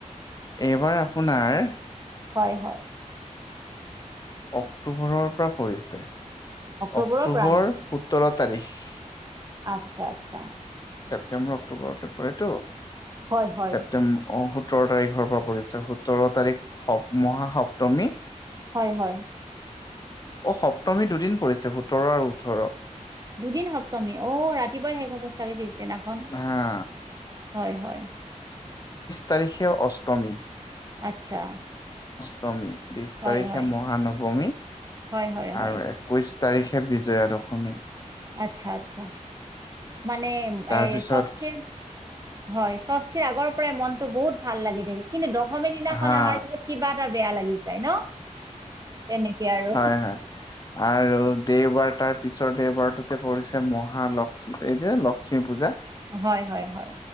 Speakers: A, on the left; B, on the right.
A: এইবাৰ আপোনাৰ
B: হয়, হয়।
A: অক্টোবৰৰ পৰা পৰিছে
B: অক্টোবৰৰ
A: অক্টোবৰ
B: পৰা নেকি
A: সোতৰ তাৰিখ। <inaudible>
B: আচ্ছা আচ্ছা।
A: ছেপ্তেম্বৰ অক্টোবৰ অক্টোৰেতটো
B: হয় হয়
A: ছেপটেম্ব অ' সোতৰ তাৰিখৰ পৰা পৰিছে সোতৰ তাৰিখ সপ মহাসপ্তমী
B: হয় হয়
A: অ', সপ্তমী দুদিন পৰিছে সোতৰ আৰু ওঠৰৰ।
B: দুদিন সপ্তমী অ' ৰাতিপুৱাই শেষ হব চাগে। দিনাখন
A: হা
B: হয়, হয়।
A: তাৰিখেও অষ্টমী।
B: আচ্ছা।
A: সমী বিশ
B: হয়
A: তাৰিখে
B: হয়
A: মহানৱমী
B: হয় হয় হয়
A: আৰু একৈশ তাৰিখে বিজয়া দশমী।
B: আচ্ছা আচ্ছা মানে
A: তাৰপিছত
B: এ ষষ্ঠীৰ হয় ষষ্ঠীৰ আগৰ পৰাই মনতটো বহুত ভাল লাগি থাকে। কিন্তু দশমী দিনাখন
A: হা
B: অহাৰ পিছত কিবা এটা বেয়া লাগি যায় ন। তেনেকে আৰু
A: হয়, হয় আৰু দেওবাৰ তাত। পিছৰ দেওবাৰটোতে পৰিছে মহা লক্ষ্মী এই যে লক্ষ্মী পূজা।
B: হয়, হয়, হয়।